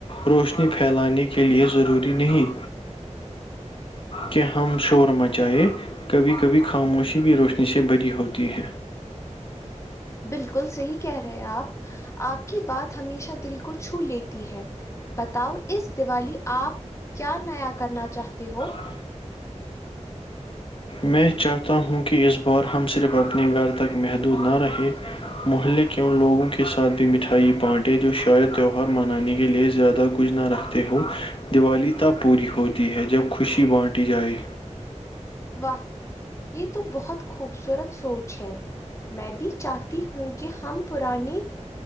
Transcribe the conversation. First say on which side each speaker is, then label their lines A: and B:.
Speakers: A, on the left (about 45°); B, on the left (about 25°).
A: روشنی پھیلانے کے لئے ضروری نہیں کہ ہم شور مچائائے کبھی کبھی خاموشی بھی روشنی سے بھری ہوتی ہے
B: بالکل صحیح کہہ رہے آپ آپ کی بات ہمیشہ دل کو چھو لیتی ہے بتاؤ اس دیوالی آپ کیا نیا کرنا چاہتے ہو
A: ب میں چاہتا ہوں کہ اس بار ہم صرف اپنے گھر تک محدود نہ رہے محلے کے ان لوگوں کے ساتھ بھی مٹھائی بانٹے جو شاید تہوہار منانے کے لیے زیادہ کچھ نہ رکھ ہو دیوالی تب پوری ہوتی ہے جب خوشی بانٹی جائے
B: واہ یہ تو بہت خوبصورت سوچ ہے میں بھی چاہتی ہوں کہ ہم پرانی